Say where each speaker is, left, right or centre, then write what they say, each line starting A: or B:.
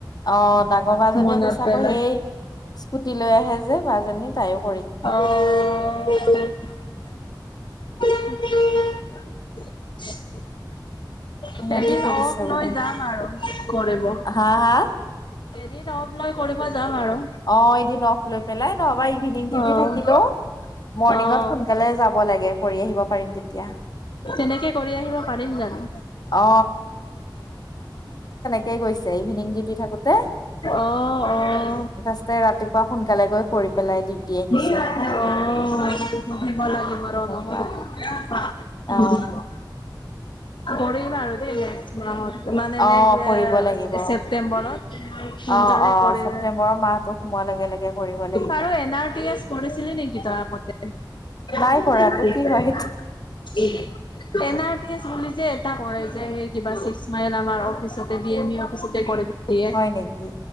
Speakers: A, on the left (about 55°); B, on the left (about 75°).
A: অ', ডাঙৰ বাজনীয়ে
B: মনত
A: কৈছে
B: পেলাই
A: আকৌ সেই স্কুটি লৈ আহে যে বাজনী তায়ক।
B: অ', <unintelligible> <inaudible>
A: সিহঁতি
B: এদিন
A: কৰিছে
B: অফ লৈ
A: বোলে
B: যাম আৰু, কৰিব।
A: হা হা
B: দিন অফ্ লৈ কৰিব যাম আৰু
A: অ', এদিন অফ্ লৈ পেলাই। আমাৰ ইভিনিং ডিউটি
B: অ'
A: থাকিলেও, মৰ্ণিঙত
B: অ'
A: সোনকালে যাব লাগে। কৰি আহিব পাৰিম তেতিয়া।
B: তেনেকে কৰি আহিব পাৰিম জানো!
A: অ কেই কৈছে ইভিনিং ডিউটি থাকোতে-
B: অ' অ'
A: ফাৰ্ষ্টে ৰাতিপুৱা সোনকালে গৈ কৰি পেলাই ডিউটি আহিছে
B: অ', সুধিব লাগিব ৰ
A: তেনেকুৱা
B: নহ'লে। <unintelligible>
A: অ
B: কৰিম আৰু দেই নেক্সট মাহত। মানে
A: অ
B: নেক্সট
A: কৰিব
B: এ,
A: লাগিব
B: ছেপ্তেম্বৰত, সোনকালে
A: অ অ
B: কৰি
A: ছেপ্তেম্বৰৰ মাহটো সোমোৱাৰ লগে লগে কৰিব লাগিব।
B: আৰু এন আৰ টি এছ পঢ়িছিলি নিকি তই আগতে? <unintelligible>
A: নাই কৰাটো কি হয় সেইটো
B: এ, এন আৰ টি এছ <unintelligible> যে, এটা কৰে যে, সেই কিবা ছিক্স মাইল আমাৰ অফিচতে বি এম ই অফিচতে কৰে যে। এয়াই,
A: হয় নেকি